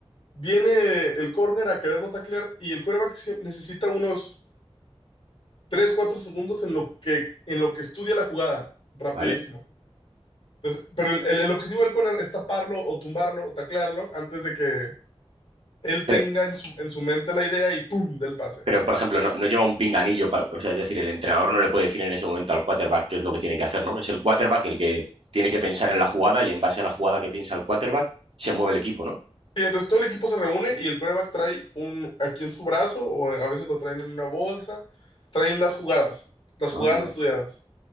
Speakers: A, on the left; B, on the right.
A: viene el corner a quererlo taclear, y el coreback sie- necesita unos 3 4 segundos en lo que, en lo que estudia la jugada. Rapidísimo.
B: ¿vale?
A: Entonces, pero el, el- el objetivo del corner es taparlo o tumbarlo o taclearlo antes de que él
B: Pero,
A: tenga en su, en su mente la idea y ¡pum! del pase.
B: pero por ejemplo, no, no lleva un pinganillo, para- o sea, es decir, el entrenador no le puede decir en ese momento al quarterback qué es lo que tiene que hacer, ¿no? Es el quarterback el que tiene que pensar en la jugada y en base a la jugada que piensa el quarterback se mueve el equipo, ¿no?
A: Y entonces todo el equipo se reúne y el cornerback trae un aquí en su brazo o a veces lo traen en una bolsa, traen las jugadas, las
B: Ah,
A: jugadas
B: no.
A: estudiadas.